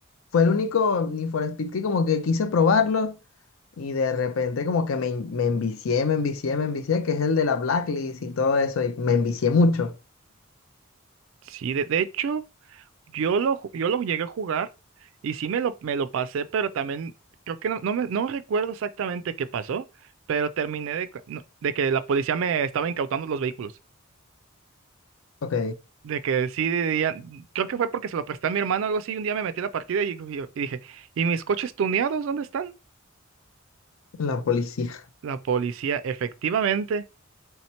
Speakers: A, on the left; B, on the right.
A: Fue el único Need for Speed que como que quise probarlo y de repente como que me, en- me envicié, me envicié, me envicié, que es el de la Blacklist y todo eso, y me envicié mucho.
B: Sí, de, de hecho. Yo lo, ju- yo lo llegué a jugar y sí me lo, me lo pasé, pero también creo que no, no, me- no recuerdo exactamente qué pasó, pero terminé de, cu- no, de que la policía me estaba incautando los vehículos.
A: Ok,
B: De que sí, diría- creo que fue porque se lo presté a mi hermano o algo así. Un día me metí a la partida y, y- y dije, ¿y mis coches tuneados dónde están?
A: la policía. <laughs>
B: La policía, efectivamente.